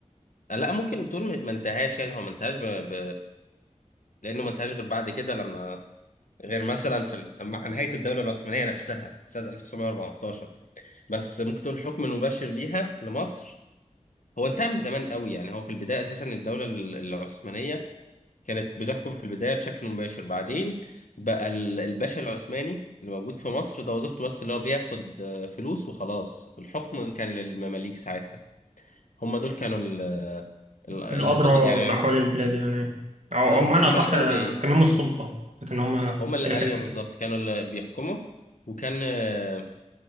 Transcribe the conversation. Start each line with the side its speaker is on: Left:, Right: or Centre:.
Left: آه، لا ممكن تقول ما ما انتهاش يعني هو ما انتهاش ب... ب... لأنه ما انتهاش غير بعد كده لما غير مثلا في ال... مع نهاية الدولة العثمانية نفسها سنة 1914 بس ممكن تقول الحكم المباشر ليها لمصر هو انتهى من زمان قوي يعني هو في البداية أساسا الدولة ال- العثمانية كانت بتحكم في البداية بشكل مباشر بعدين بقى ال- الباشا العثماني اللي موجود في مصر ده وظيفته بس اللي هو بياخد آه، فلوس وخلاص الحكم كان للمماليك ساعتها هم دول كانوا ال- ال- اللي
Right: الأدرى
Left: فضل يعني
Right: بأحوال البلاد يعني أو
Left: لا
Right: أو
Left: وك-
Right: بمعنى
Left: هم
Right: صح
Left: اللي كانوا بي
Right: كان هم السلطة لكن هم
Left: هم اللي
Right: لكن
Left: ايوه بالظبط كانوا اللي بيحكموا وكان آه،